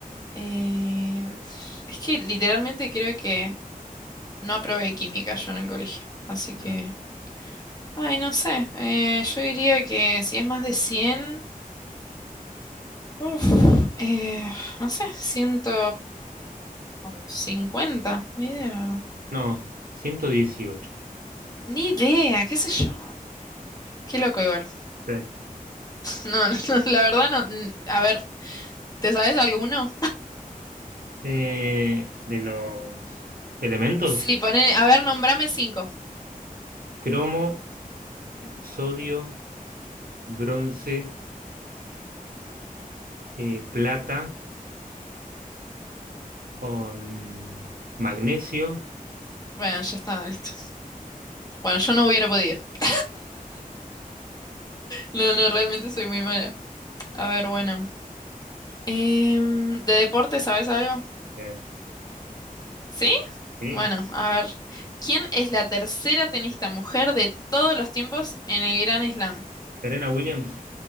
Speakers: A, on the left; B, on the right.
A: Eh, uf, es que literalmente creo que no aprobé química yo en el colegio. Así que...
B: no,
A: Ay, no sé. Eh, yo diría que si es más de cien Uf, eh, no sé, ciento cincuenta ni idea, la verdad.
B: no, 118.
A: Ni idea, qué sé yo. Qué loco igual.
B: Sí.
A: No, no, <laughs> no, la verdad no. n- A ver, ¿te sabes alguno?
B: Eh, de los elementos,
A: Sí, poné, a ver, nombrame cinco.
B: cromo, sodio, bronce, eh, plata, um, magnesio.
A: Bueno, ya está, listo. Bueno, yo no hubiera podido. <laughs> No, no, realmente soy muy mala. A ver, bueno. Em, ¿de deporte sabes algo?
B: Eh,
A: ¿Sí?
B: Sí,
A: Bueno, a ver. ¿Quién es la tercera tenista mujer de todos los tiempos en el Gran Slam?
B: Serena Williams,